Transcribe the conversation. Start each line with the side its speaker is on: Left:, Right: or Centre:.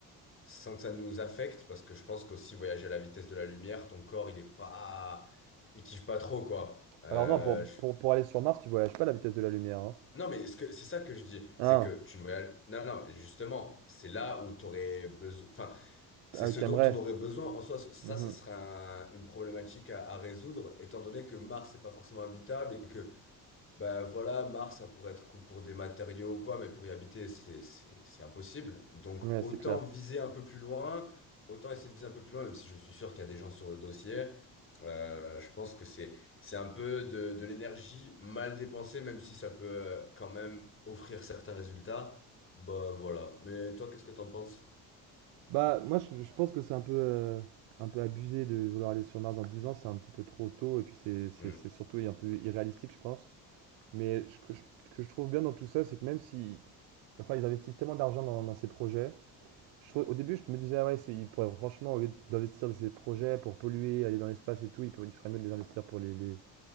Left: sans que ça nous affecte, parce que je pense qu'aussi voyager à la vitesse de la lumière, ton corps, il est pas, il kiffe pas trop, quoi. Euh,
Right: Alors non, pour,
Left: je-
Right: pour, pour aller sur Mars, tu voyages pas à la vitesse de la lumière. Hein.
Left: Non, mais ce que, c'est ça que je dis,
Right: Ah,
Left: c'est que tu ne voyages, non, non, justement, c'est là où t'aurais besoin, enfin, C'est
Right: ah,
Left: ce
Right: t'aimerais.
Left: dont on aurait besoin. En soi, ça,
Right: Mhm.
Left: ce serait un- une problématique à, à résoudre, étant donné que Mars n'est pas forcément habitable et que, bah voilà, Mars, ça pourrait être cool pour des matériaux ou quoi, mais pour y habiter, c'est c'est- c'est impossible. Donc,
Right: Ouais,
Left: autant
Right: c'est clair.
Left: viser un peu plus loin, autant essayer de viser un peu plus loin, même si je suis sûr qu'il y a des gens sur le dossier. Euh, je pense que c'est c'est un peu de, de l'énergie mal dépensée, même si ça peut euh, quand même offrir certains résultats. Bah voilà. Mais toi, qu'est-ce que t'en penses?
Right: Bah, moi, je, je pense que c'est un peu, euh, un peu abusé de vouloir aller sur Mars dans 10 ans. C'est un petit peu trop tôt. Et puis, c'est c'est-
Left: Hmm.
Right: c'est surtout un peu irréalistique, je pense. Mais ce que je, ce que je trouve bien dans tout ça, c'est que même si... Enfin, ils investissent tellement d'argent dans, dans ces projets. Je trouve- au début, je me disais, ah ouais, c'est- ils pourraient, franchement, au lieu d'investir dans ces projets pour polluer, aller dans l'espace et tout, ils, pourraient- ils feraient mieux de les investir pour les, les,